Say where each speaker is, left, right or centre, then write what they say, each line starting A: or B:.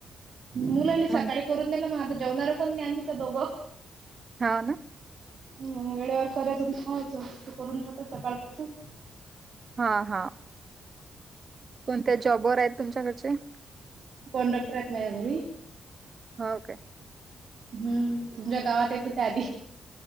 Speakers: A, on the right (about 55°); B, on the right (about 35°).
A: मुलाली
B: म्हण
A: सकाळी करून नेला मग आता जेवणारं कोण नाही आम्हीच दोघं
B: हा ना
A: मग वेळेवर करायचं खवायचं त करून ठेवत सकाळपासून
B: हा हा कोणत्या जॉबवरर आहेत तुमच्याकडचे
A: कॉनडॉक्टर आहेत माझ्या घरी
B: हो का
A: हम्म तुमच्या गावात येतो त्या आधी